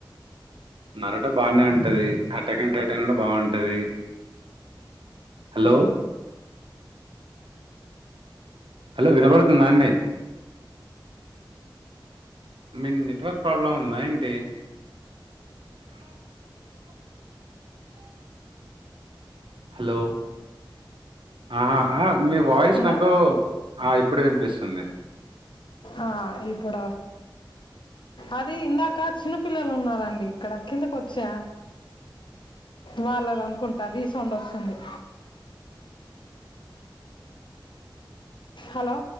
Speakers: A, on the right; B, on the left.
A: నరోట బానే ఉంటది <unintelligible> కూడా బాగుంటది హలో హలో వినపడుతుందా అండి, మీ నెట్వర్క్ ప్రాబ్లం ఉందా ఏంటి హలో ఆహా మీ వాయిస్
B: ఉందా
A: నాకు ఆ ఇప్పుడు వినిపిస్తుంది
B: ఆ ఇప్పుడ అది ఇందాక చిన్న పిల్లలు ఉన్నారండీ ఇక్కడ కిందకి వచ్చా వాళ్ళ అనుకుంటార్ రీసౌండ్ వస్తుంది హలో